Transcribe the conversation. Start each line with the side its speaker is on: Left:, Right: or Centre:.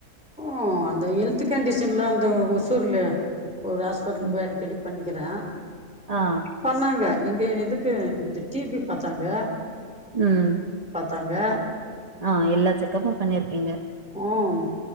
Centre: ஓ அந்த ஹெல்த் கண்டிஷன்லா அந்த ஒசூர்ல ஒரு ஹாஸ்பல்ல
Right: ம்.
Centre: போய் அடிகடி பண்ணிகு கிற
Right: ஆ,
Centre: சொன்னாங்க எதுக்கு டிபி பாத்தாங்க
Right: உம்
Centre: தாங்க
Right: ஆஹ் எல்லா செக்கப்பு பண்ணிருக்கீங்க
Centre: ம்